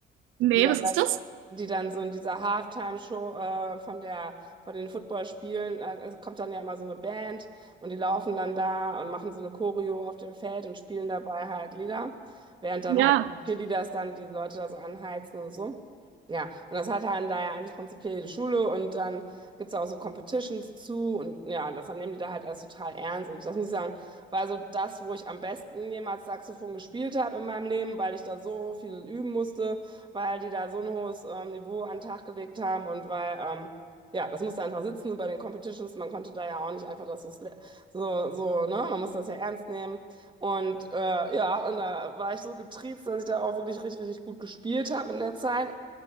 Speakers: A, on the right; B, on the right.
A: Nee,
B: die dann,
A: was ist das?
B: die dann so in dieser Halftime-Show äh, von der, von den Footballspielen, äh, es kommt dann ja immer so eine Band und die laufen dann da und machen so eine Choreo auf dem Feld und spielen dabei halt Lieder, während dann
A: Ja.
B: halt auch die Cheerleaders dann die Leute da so anheizen und so. Ja, und das hat dann da ja eigentlich prinzipiell jede Schule und dann gibt es auch so Competitions zu und ja, und das dann nehmen die da halt alles total ernst und das muss ich sagen, war so das, wo ich am besten jemals Saxophon gespielt habe in meinem Leben, weil ich da so viel üben musste weil die da so ein hohes ähm, Niveau an den Tag gelegt haben und weil, ähm, ja, das musste einfach sitzen bei den Competitions. Man konnte da ja auch nicht einfach das so, sla- so, so, ne? Man musste das ja ernst nehmen. Und äh, ja, und da war ich so getriezt, dass ich da auch wirklich richtig, richtig gut gespielt habe in der Zeit.